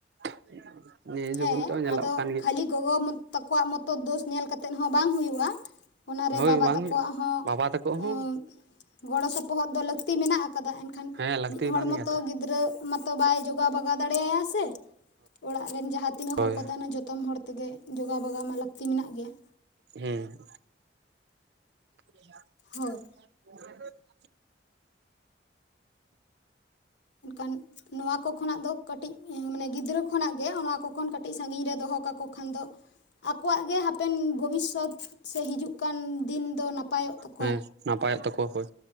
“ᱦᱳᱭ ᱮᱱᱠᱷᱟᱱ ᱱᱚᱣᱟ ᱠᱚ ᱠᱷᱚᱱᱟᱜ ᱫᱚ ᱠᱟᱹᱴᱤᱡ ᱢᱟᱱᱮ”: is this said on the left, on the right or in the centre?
Left